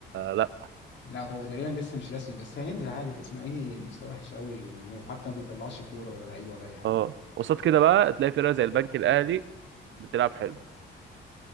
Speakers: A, on the right; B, on the left.
A: لا
B: لا هو تقريبا لسه مش رسمي بس هينزل عادي الاسماعيلي مستوى وحش قوي وحتى ما بيطلعش كورة ولا لعيبة ولا اي حاجة
A: اه قصاد كده بقى تلاقي فرقه زي البنك الاهلي بتلعب حلو